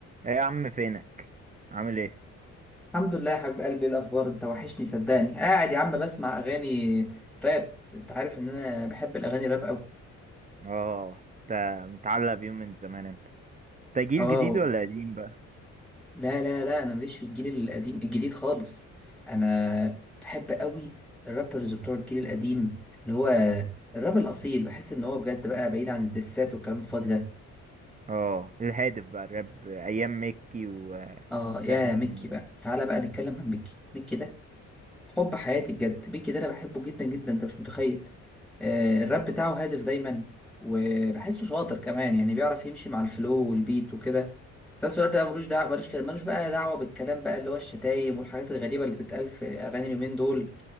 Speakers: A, on the right; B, in the centre.
A: ايه يا عم فينك عامل ايه
B: الحمد لله يا حبيب قلبي إيه الاخبار انت وحشني صدقني قاعد يا عم بسمع اغاني راب انت عارف ان انا بحب الاغاني راب قوي
A: اه انت متعلق بيهم من زمان انت انت جيل
B: اه
A: جديد ولا قديم بقى
B: لا لا لا انا ماليش في الجيل القديم الجديد خالص انا بحب قوي الرابرز بتوع الجيل القديم اللي هو الراب الاصيل بحس ان هو بجد بقى بعيد عن الدسات والكلام الفاضي ده
A: اه الهادف بقى الراب ايام مكي وشاهين
B: اه يا ميكي بقى
A: و...
B: تعالى بقى نتكلم عن ميكي ميكي ده حب حياتي بجد بيكي ده انا بحبه جدا جدا انت مش متخيل آه، الراب
A: اه
B: بتاعه هادف دايما وبحسه شاطر كمان يعني بيعرف يمشي مع الفلو والبيت وكده في نفس الوقت بقى ملوش دعوه ملوش ملوش بقى دعوه بالكلام بقى اللي هو الشتايم والحاجات الغريبه اللي تتقال في اغاني اليومين دول